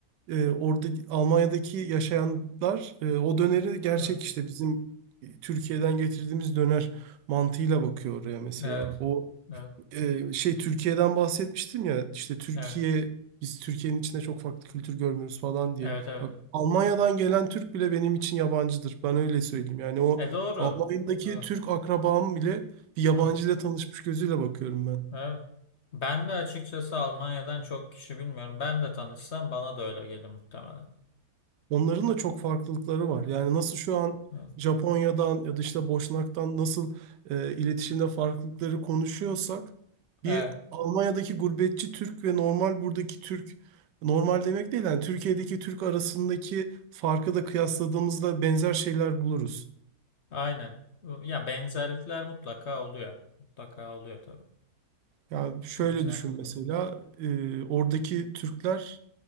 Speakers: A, on the right; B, on the left.
A: e, orada Almanya'daki yaşayanlar e, o döneri gerçek
B: Evet.
A: işte bizim Türkiye'den getirdiğimiz döner mantığıyla bakıyor oraya mesela.
B: Evet.
A: O
B: Evet.
A: e, şey Türkiye'den bahsetmiştim ya işte Türkiye
B: Evet.
A: biz Türkiye'nin içinde çok farklı kültür görmüyoruz falan diye.
B: Evet. Evet.
A: Bak Almanya'dan gelen Türk bile benim için yabancıdır. Ben öyle söyleyeyim. Yani o
B: E doğru.
A: Almanya'daki
B: Evet.
A: Türk akrabam bile bir yabancı
B: Evet.
A: ile tanışmış gözüyle bakıyorum ben.
B: Evet. Ben de açıkçası Almanya'dan çok kişi bilmiyorum. Ben de tanışsam bana da öyle gelir muhtemelen.
A: Onların da çok farklılıkları var.
B: Evet,
A: Yani nasıl şu an
B: evet.
A: Japonya'dan ya da işte Boşnak'tan nasıl e, iletişimde farklılıkları konuşuyorsak bir
B: Evet,
A: Almanya'daki gurbetçi Türk ve normal buradaki Türk normal demek değil yani Türkiye'deki Türk arasındaki farkı da kıyasladığımızda benzer şeyler buluruz.
B: aynen. Ya benzerlikler mutlaka oluyor. Mutlaka oluyor tabii.
A: Yani şöyle
B: Benzerlikler
A: düşün mesela
B: oluyor.
A: e, oradaki Türkler